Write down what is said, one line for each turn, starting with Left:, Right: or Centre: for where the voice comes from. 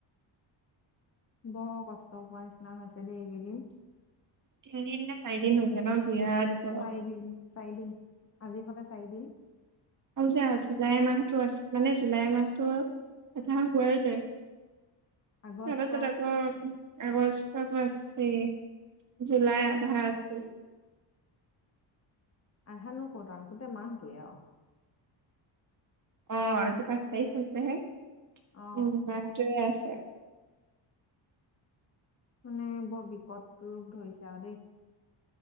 Left: বৰ কষ্ট পোৱা নিচিনা হৈছে দে এইকেইদিন।
Right: তিন দিন নে চাৰিদিন হৈছে ন? বিৰাট গৰম
Left: চাৰিদিন চাৰিদিন আজিৰ সৈতে চাৰিদিন।
Right: আৰু যে জুলাই মাহতো আছে মানে জুলাই মাহটো এটা হোৱাৰ দে তাৰ
Left: আগষ্ট
Right: পাছত আকৌ আগষ্টতো আছে জুলাই আধা আছে।
Left: আধা নো ক'ত আৰু গোটেই মাহটোৱে আৰু।
Right: আহ আজি পাঁচ তাৰিখ হৈছেহে
Left: অ
Right: উম মাহটোয়ে আছে।
Left: মানে বৰ বিকট ৰপ ধৰিছে আৰু দেই।